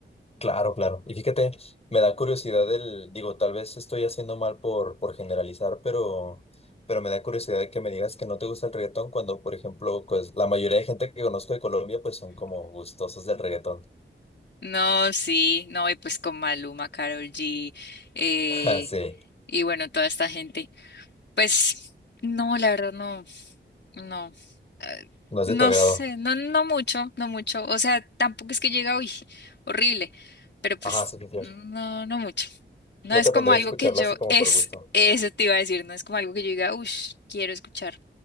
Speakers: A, on the left (about 30°); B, on the left (about 60°).
A: Claro, claro. Y fíjate, me da curiosidad el, digo, tal vez estoy haciendo mal por, por generalizar, pero, pero me da curiosidad de que me digas que no te gusta el reggaetón cuando, por ejemplo, pues la mayoría de gente que conozco de Colombia, pues son como gustosos del reggaetón.
B: No, sí, no, y pues con Maluma, Karol G, eh,
A: <laughs> Ah, Sí,
B: y bueno, toda esta gente. Pues no, la verdad no. No. eh,
A: no es
B: No
A: de tu agrado.
B: sé, no, no mucho, no mucho. O sea, tampoco es que llega, uy, horrible, pero pues
A: Ajá, sí, sí,
B: no,
A: sí.
B: no mucho. No
A: No
B: es
A: te
B: como
A: pondrías
B: algo
A: a escucharla
B: que yo,
A: así como
B: es,
A: por gusto.
B: eso te iba a decir, no es como algo que yo diga, uy, quiero escuchar.